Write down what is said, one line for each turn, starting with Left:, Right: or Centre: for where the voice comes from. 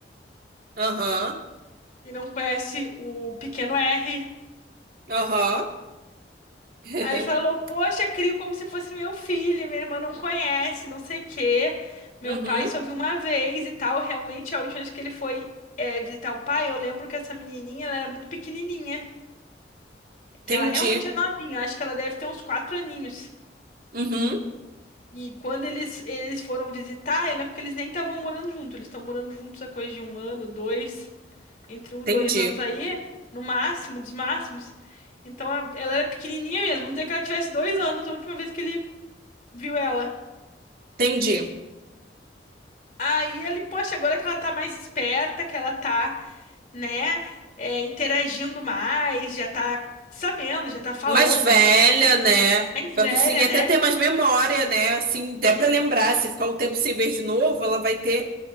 Right: aham,
Left: e não conhece o pequeno R.
Right: aham. <laughs>
Left: Aí falou: Poxa, crio como se fosse meu filho, minha irmã não conhece, não sei o quê. Meu
Right: Uhum,
Left: pai só viu uma vez e tal. Realmente, a última vez que ele foi é, visitar o pai, eu lembro que essa menininha ela era muito pequenininha,
Right: entendi.
Left: que ela realmente é novinha, acho que ela deve ter uns quatro aninhos.
Right: Uhum,
Left: E quando eles, eles foram visitar, eu lembro que eles nem estavam morando juntos, eles estão morando juntos há coisa de um ano, dois. entre um
Right: entendi.
Left: e dois anos aí, no máximo dos máximos. Então a- ela era pequenininha mesmo. Vamos dizer que ela tivesse dois anos a última vez que ele viu ela.
Right: Entendi.
Left: Aí ele, poxa, agora que ela tá mais esperta, que ela tá, né, é, interagindo mais, já tá sabendo, já tá falando,
Right: Mais velha,
Left: já tá correndo
Right: né?
Left: mais
Right: Vai
Left: velha,
Right: conseguir
Left: né?
Right: até ter mais memória, né? Assim, até pra lembrar. Se ficar um tempo sem ver de novo, ela vai ter